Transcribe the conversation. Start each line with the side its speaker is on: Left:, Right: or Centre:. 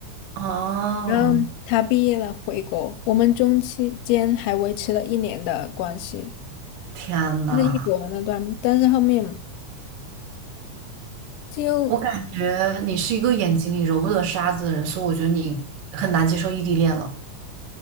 Right: 哦，
Left: 然后他毕业了回国，我们中期间还维持了一年的关系，
Right: 天呐，
Left: 就是异国那段，但是后面。就。
Right: 我感觉你是一个眼睛里揉不得沙子的人，所以我觉得你很难接受异地恋了。